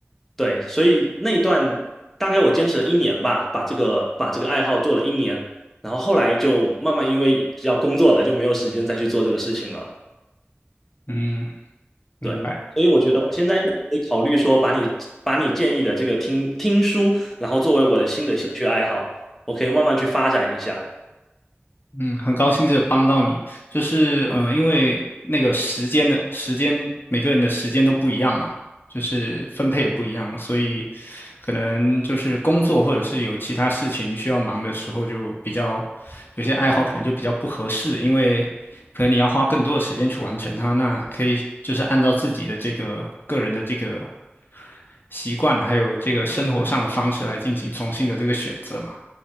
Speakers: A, in the centre; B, on the left (about 55°).
A: 对，所以那一段大概我坚持了一年吧，把这个把这个爱好做了一年。然后后来就慢慢因为要工作了，就没有时间再去做这个事情了。
B: 嗯，明白。
A: 对，所以我觉得我现在应该可以考虑说，把你把你建议的这个听听书，然后作为我的新的兴趣爱好，我可以慢慢去发展一下。
B: 嗯，很高兴这帮到你，就是呃，因为那个时间的时间，每个人的时间都不一样嘛，就是分配的不一样，所以可能就是工作或者是有其他事情需要忙的时候，就比较有些爱好可能就比较不合适，因为可能你要花更多的时间去完成它，那可以就是按照自己的这个个人的这个习惯，还有这个生活上的方式来进行重新的这个选择嘛。